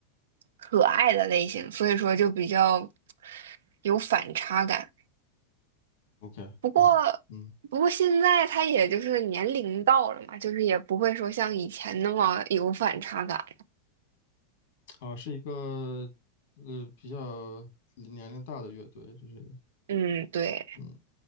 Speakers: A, on the right; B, on the left.
A: 可爱的类型，所以说就比较有反差感。
B: OK，
A: 不过，
B: 我还嗯，
A: 不过现在他也就是年龄到了嘛，就是也不会说像以前那么有反差感。
B: 好，是一个呃比较年龄大的乐队，就是
A: 嗯，对，
B: 嗯